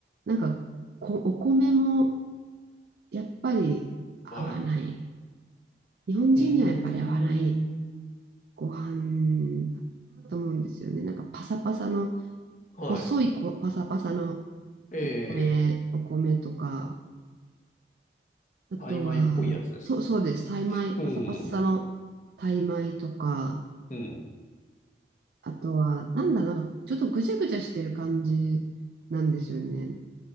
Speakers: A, on the right (about 60°); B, on the left (about 45°).
A: なんかこ、お米もやっぱり合わない。
B: はい。
A: 日本人にはやっぱり合わない
B: うーん、
A: ご飯かなと思うんですよね。なんかパサパサの、
B: はい。
A: 細いこパサパサの
B: ええ、
A: お米、お米とか、あとは、
B: タイ米っぽいやつですか。
A: そう、そうです。タイ米、パサパサのタイ米とか、
B: うん、うん。
A: あとは、なんだ、なんか、ちょっとぐちゃぐちゃしてる感じなんですよね。